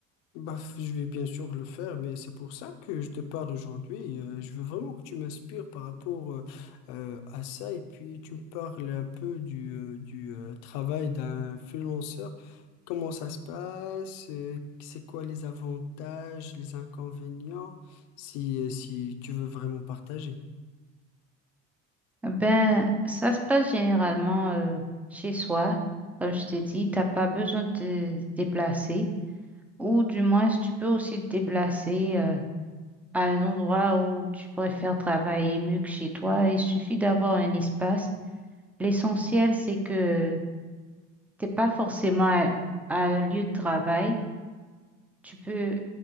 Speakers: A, on the left (about 75°); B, in the centre.
A: Bah, f- je vais bien sûr le faire, mais c'est pour ça que je te parle aujourd'hui. Euh, je veux vraiment que tu m'inspires par rapport euh, euh, à ça et puis tu me parles un peu du, euh, du euh, travail d'un freelanceur. Comment ça se passe? euh, c'est quoi les avantages, les inconvénients, si, euh, si tu veux vraiment partager.
B: Ben, ça se passe généralement euh, chez soi. Comme je t'ai dit, t'as pas besoin de te déplacer. Ou du moins, tu peux aussi te déplacer euh, à un endroit où tu préfères travailler mieux que chez toi. Il suffit d'avoir un espace L'essentiel, c'est que t'es pas forcément à, à un lieu de travail. Tu peux,